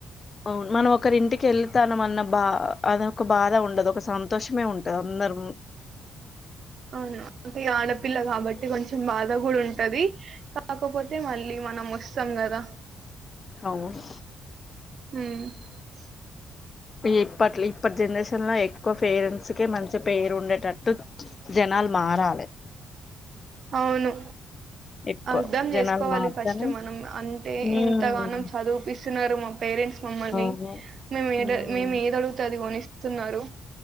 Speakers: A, on the left; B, on the right.
A: అవును మనం ఒకరి ఇంటికి వెల్తాన మన్న బా అదొక బాధ ఉండదు సంతోషమే ఉంటది అందరు
B: అవును టి ఆడపిల్ల కాబట్టి కొంచం బాధ కూడా ఉంటది కాకపోతే మళ్ళీ మనం వస్ సంగదా
A: అవ్
B: ఉమ్ <inaudible>
A: ఇప్పట్ ఇప్పటి జనరేషన్లో ఎక్కువ పేరెంట్స్ కె మంచి పేరు ఉండేటట్టు జనాలు మారాలి
B: అవును
A: ఎక్కువ
B: అర్ధం
A: జనాలు
B: చేసుకోవాలి
A: మారుతేనే
B: ఫస్ట్ మనం అంటే
A: ఉమ్
B: ఇంతగానం చదిపిస్త తున్నారు మా పేరెంట్స్ మమ్మల్ని
A: అవును
B: మే మేము ఏదీ
A: ఉమ్
B: మేము ఏది అడిగుతే అది కొనిస్త స్తున్నారు